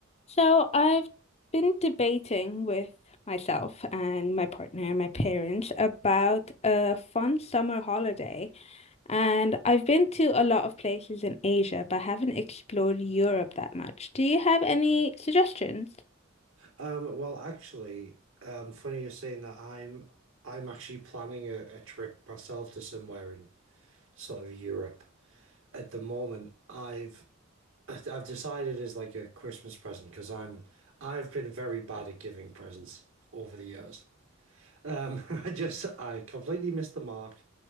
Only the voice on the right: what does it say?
Um, well, actually, um, funny you're saying that I'm I'm actually planning a, a trip myself to somewhere in sort of Europe. At the moment, I've I've decided as like a Christmas present because I'm I've been very bad at giving presents over the years. <laughs> I just I completely missed the mark